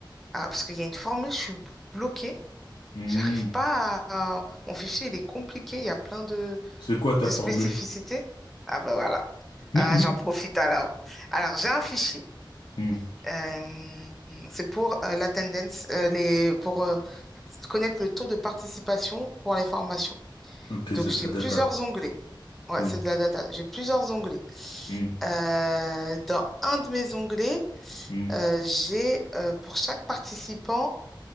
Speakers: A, in the centre; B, on the left (about 85°).
A: à- Parce qu'il y a une formule, je suis bloquée.
B: Hmm.
A: J'arrive pas à... à- Mon fichier, il est compliqué. Il y a plein de,
B: C'est quoi ta
A: de
B: formule?
A: spécificités. Ah ben voilà.
B: <laughs>
A: Ah, j'en profite alors. Alors, j'ai un fichier.
B: Hmm.
A: Euh, c'est pour euh, la euh, les, pour euh, connaître le taux de participation pour les formations.
B: Ok,
A: Donc,
B: c'est
A: j'ai
B: de la
A: plusieurs
B: data.
A: onglets. Ouais,
B: Hmm.
A: c'est de la data. J'ai plusieurs onglets.
B: Hmm.
A: Euh, dans un de mes onglets,
B: Hmm.
A: euh, j'ai euh, pour chaque participant